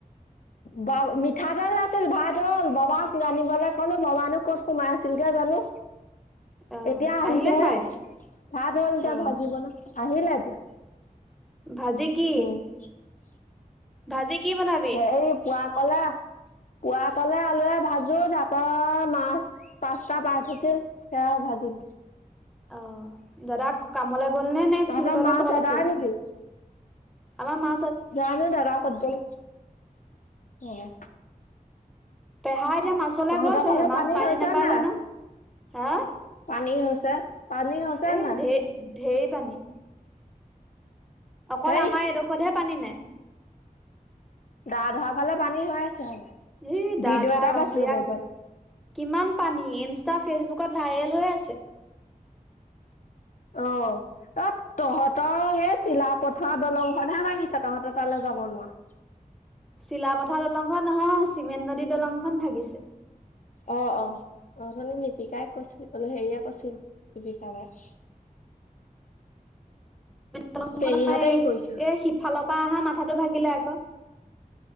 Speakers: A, on the left; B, in the centre.
A: ব, মিঠাতেল নাছিল ভাত হল, ববাক আনিবলৈ ক'লো ববানো ক'ত সোমাই আছিল গে জানো।
B: অ
A: এতিয়া আহিছে
B: আহিলে নে
A: হে,
B: নাই এতিয়া?
A: ভাত হ'ল এতিয়া
B: অ
A: ভাজি বনাম।, আহিলে এতিয়া।
B: ভাজি কি?
A: <inaudible>
B: ভাজি কি বনাবি?
A: হেৰি পুৱা কলা, পুৱা কলে আলুৱে ভাজো, তাৰপৰা মাছ। পাঁচতা মাছ আছিল, সেইয়া ভাজিম।
B: অ', দাদা কামলৈ গ'ল, নে নে
A: তহঁতৰ
B: ফিল্ডলৈ
A: মাছ
B: ক'বালে
A: এদাই
B: গল?
A: নেকি
B: আমাৰ মা
A: জানো দাদা ক'ত গল, অ'।
B: পেহা এতিয়া মাছলৈ
A: তহঁতৰ
B: গৈছেহে,
A: ফালে
B: মাছ
A: পানী
B: পাই
A: হৈছে
B: নে নোপায়
A: নাই
B: জানো, হা?
A: পানী হৈছে, পানী হৈছে
B: এ
A: নে নাই?
B: ঢেৰ ঢেৰ পানী। অকল
A: হেই
B: আমাৰ এইডখৰতহে পানী নাই।
A: দাধৰা ফালে পানী হৈ আছে,
B: ই দা
A: ভিডিঅ'
B: ধৰা
A: এটা
B: ৰংপুৰীয়া
A: পাইছিলো মোবাইল।
B: কিমান পানী, ইনষ্টা ফেচবুকত ভাইৰেল হৈ আছে।
A: অ'। অ', তহঁতৰ সেই চিলাপথাৰৰ দলং খন হে ভাঙিছে, তহঁতৰ তালে যাব নোৱাৰা।
B: চিলাপথাৰৰ দলংখন নহয়, চিমেন নদী দলংখন হে ভাগিছে।
A: অ' অ', অথনি লিপিকাই কৈছিল, বোলে অ' হেৰিয়ে কৈছিল, লিপিকা বায়ে।
B: দলংখনৰ
A: পেহীহঁতে
B: এই
A: কি কৰিছে
B: এ সিফালৰ পৰা অহা মাথাটো ভাগিলে আকৌ।